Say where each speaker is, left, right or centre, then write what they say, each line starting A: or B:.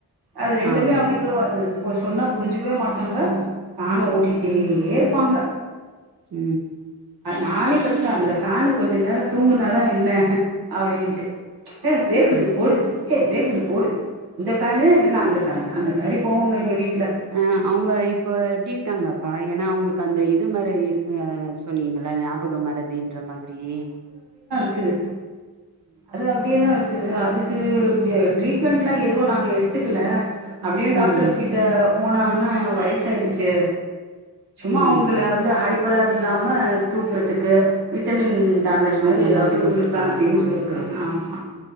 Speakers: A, on the right; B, on the right.
A: அது ரெ ரெண்டுமே
B: ஆமா
A: அவுங்களுக்கு சொன்ன புரிஞ்சிக்கவே மாட் பாங்க நானு ஓட்டிக்கிட்டே இருப்பாங்க
B: உ
A: நானே கத்துவே அந்த ஃபேனு கொஞ்ச நேரோ தூங்குனாதா என்ன அப்டின்ட்டு ஏ வேக்குது
B: ம்
A: போடு ஏ வேக்குது போடு இந்த ஃபேனு இல்ல நா அந்த ஆ அந்த மாரி போவோங்க எங்க வீட்ல
B: ஆ அவுங்க இப்ப எப்டி இருக்காங்கப்பா ஏனா அவுங்களுக்கு கந்த இது மாரி இருக்கு சொன்னீங்க நல்லா ஞாபக மரதின்ற மாதிரியே
A: க்குது அது அப்டியேதாருக்கு க்குது அதுக்கு ட்ரீட்மெண்ட்லா எதுவு நாங்க எடுத்துக்கல அப்டியு டாக்டர்ஸ்
B: ம் ம்
A: கிட்ட போனாங்கன்னா வயசாயிடுச்சு சும்மா
B: ம்
A: உங்கள
B: ம்
A: வந்து ஹை ப்பரா இல்லாம தூங்கறதுக்கு விட் விட்டமின் டேப்லெட்ஸ்
B: ஆ
A: மாரி
B: அந்த
A: ஏதாவது
B: மாதிரி குடுத்துருக்காங்க
A: கொடுப்பே அப்டின்னு
B: ஆ
A: சொல்லிக்காங்க
B: சரி
A: ஆமா